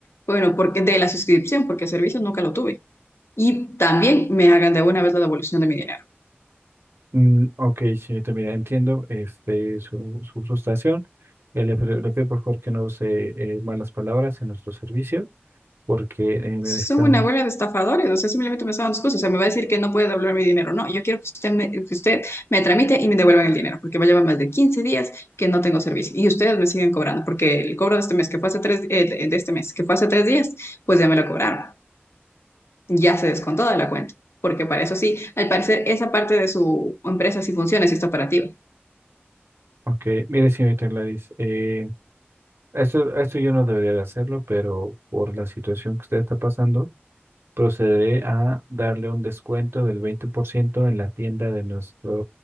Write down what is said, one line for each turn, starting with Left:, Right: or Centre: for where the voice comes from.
Left: Bueno, porque de la suscripción, porque el servicio nunca lo tuve. Y también me hagan de una vez la devolución de mi dinero.
Right: Mm, ok, señorita, mira, entiendo este, su, su frustración. Eh, le, pre- le pido por favor que no use eh, malas palabras en nuestro servicio porque eh, necesitamos...
Left: son una bola de estafadores, o sea, simplemente me están dando excusas, o sea, me va a decir que no puede devolver mi dinero, no, yo quiero que usted me, que usted me tramite y me devuelvan el dinero, porque va a llevar más de 15 días que no tengo servicio, y ustedes me siguen cobrando, porque el cobro de este mes, que fue hace tres, eh, de de este mes, que fue hace tres días, pues ya me lo cobraron, ya se descontó de la cuenta, porque para eso sí, al parecer esa parte de su empresa sí funciona, sí está operativa.
Right: Ok, mire, señorita Gladys, eh, Eso, esto yo no debería de hacerlo, pero por la situación que usted está pasando, procederé a darle un descuento del 20% en la tienda de nuestra